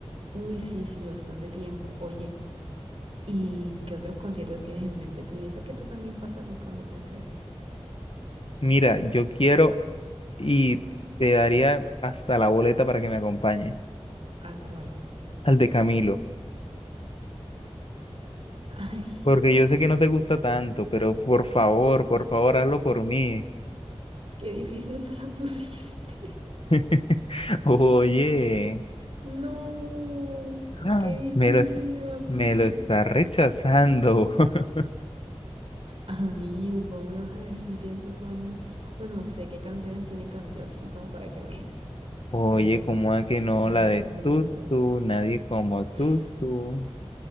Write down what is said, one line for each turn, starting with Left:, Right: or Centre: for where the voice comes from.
Right: Uy, sí, sí, bastante tiempo. Oye, ¿y qué otros conciertos tienes en mente tú? Yo sé que tú también pasas buscando conciertos.
Left: Mira, yo quiero y te daría hasta la boleta para que me acompañe
Right: ¿A cuál?
Left: al de Camilo,
Right: <laughs> Ay,
Left: porque yo sé que no te gusta tanto, pero por favor, por favor, hazlo por mí.
Right: qué difícil me la pusiste. <laughs>
Left: <laughs> Oye,
Right: No,
Left: ah,
Right: qué difícil
Left: me lo, es-
Right: me la pusiste.
Left: me lo está rechazando. <laughs>
Right: Amigo, ¿cómo me vas a decir eso tú a mí? O sea, no sé qué canciones tiene Camilo así como para que me,
Left: Oye,
Right: me,
Left: ¿cómo
Right: no,
Left: es que no
Right: me
Left: la
Right: convenzas.
Left: de tú, tú, nadie como
Right: <sniffs>
Left: tú, tú?